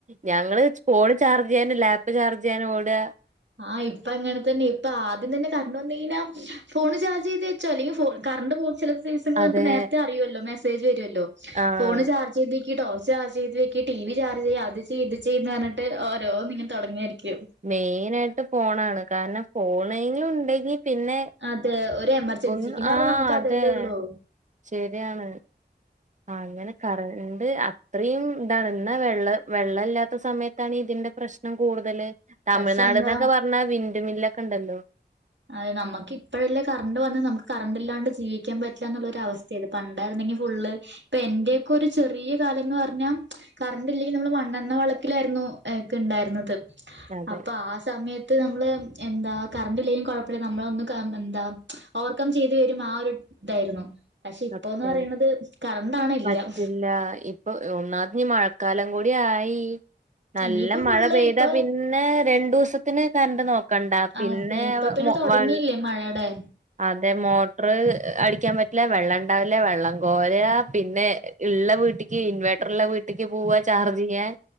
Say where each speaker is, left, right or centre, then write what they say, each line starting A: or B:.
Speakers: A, on the right; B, on the right.
A: ഞങ്ങള് ഫോൺ ചാർജ് ചെയ്യാന ലാപ്പ് ചാർജ് ചെയ്യാനോടാ
B: ആഹ് ഇപ്പ അങ്ങനെ തന്നെ ഇപ്പ ആ ദ്യം തന്നെ കറണ്ട് വന്നു കഴിഞ്ഞാ ഫോണ് ചാർജ് ചെയ്ത് വെച്ചോ അല്ലെങ്കി ഫോ ക്കറണ്ട് പോ ചില ദിസങ്ങൾ
A: അതെ
B: നമുക്ക് നേരത്തെ അറിയുല്ലോ മെസേജ് വരുമല്ലോ
A: ആഹ്
B: ഫോൺ ചാർജ് ചെയ് ഈ ടോർച്ച് ചർജ്ചൈത് വെക്ക് ടി വി ചർജ് ചെയ്യ് അത് ചെയ്യ് ഇത് ചെയ്യ് ചെയ്ന്ന് പറഞ്ഞിട്ട് ഓരോന്ന് ഇങ്ങനെ തുടങ്ങായിരിക്കും.
A: മെയിനായിട്ട് ഫോണാണ് കാരണം ഫോണങ്കിലും ഉണ്ടെങ്കി പിന്നെ
B: അതെ ഒരു എമർജൻസിക്ക്ന്ന്
A: ഒന്ന്
B: പറഞ്ഞാ
A: ആ
B: നമുക്ക്
A: അതെ
B: അതല്ലേ ഉള്ളൂ
A: ശരിയാണ്. ആ അങ്ങനെ കറണ്ട് അത്രയും ഇന്താണ് ഇന്നാ വെള്ള വെള്ള ഇല്ലാത്ത സമയത്താണ് ഇതി പ്രശ്നം കൂടുതല് തമിഴ്നാട്ന്നൊക്കെ
B: പക്ഷെ എന്താ
A: പറഞ്ഞാ വിൻണ്ട് മില്ലൊക്കെ ഉണ്ടല്ലോ.,
B: അതെ നമുക്ക് ഇപ്പഴെല്ലേ കറണ്ട് വന്ന് നമുക്ക് കറണ്ട് ഇല്ലാണ്ട് ജീവിക്കൻ പറ്റില്ലന്ന്ള്ളൊ ഒരു അവസ്ഥയാണ് പണ്ടായിരുന്നെങ്കിൽ ഫുള്ള് ഇപ്പൊ എന്റെയും പ്പം ഒരു ചെറിയ കാലം എന്ന് പറഞ്ഞാൽ കറണ്ട് ഇല്ലെങ്കിൽ നമ്മൾ മണ്ണെണ്ണ വെളക്കിലായിരുന്നു ഒക്കെണ്ടായിരുന്നത്
A: അതെ
B: അപ്പൊ ആ സമയത്ത് നമ്മള് എന്താ കറണ്ടില്ലെ കൊഴപ്പോല്ല നമ്മളന്ന് കാ എന്താ ഓവർകം ചെയ്ത് വരും ആ ഒരു ഇതായിരുന്നു. പക്ഷെ ഇപ്പോന്ന്
A: സത്യാണ്
B: പറയുന്നത് കറണ്ടാണ് എല്ലാം
A: പറ്റില്ല ഇപ്പൊ ഒന്നാത് മഴക്കാലം കൂടി ആയി. നല്ല
B: ഇനിയിപ്പോ ഫുള്ള്
A: മഴ പെയ്താ
B: ഇപ്പൊ
A: പിന്നെ രണ്ടുസത്തിന് കറണ്ട് നോക്ക്‌ കണ്ട പിന്നെ
B: അതെ ഇപ്പൊ
A: <unintelligible>
B: പിന്നെ തുടങ്ങിയില്ലേ മഴയുടെ
A: അതെ മോട്ടർ അടി ക്കാൻ പറ്റില്ല വെള്ള ണ്ടാവില്ല വെള്ളം കോരാ പിന്നെ ള്ള വീട്ടിക്ക് ഇൻവേർട്ടർള്ള വീട്ടിക്ക് പോവാ ചാർജ് ചെയ്യാൻ.